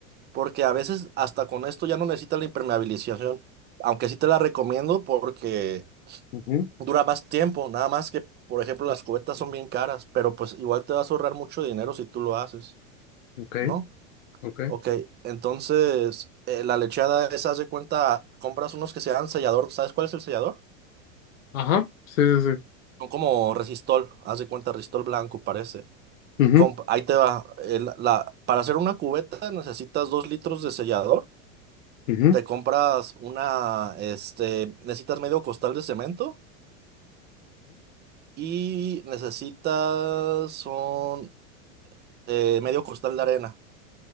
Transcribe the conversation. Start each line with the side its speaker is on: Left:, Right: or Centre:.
Right: porque a veces hasta con esto ya no necesitas la impermeabilización, aunque sí te la recomiendo porque
Left: ujú,
Right: dura más tiempo, nada más que, por ejemplo, las cubetas son bien caras, pero pues igual te vas a ahorrar mucho dinero si tú lo haces,
Left: Okay,
Right: ¿no?
Left: okay.
Right: Ok, entonces eh, la lecheada es, haz de cuenta, compras unos que sean sellador, ¿sabes cuál es el sellador?
Left: Ajá, sí, sí, sí.
Right: Son como resistol, haz de cuenta, resistol blanco parece.
Left: Ujú,
Right: Comp- ahí te va, el- la, para hacer una cubeta necesitas dos litros de sellador,
Left: ujú,
Right: te compras una, este, necesitas medio costal de cemento y necesitas, son eh, medio costal de arena.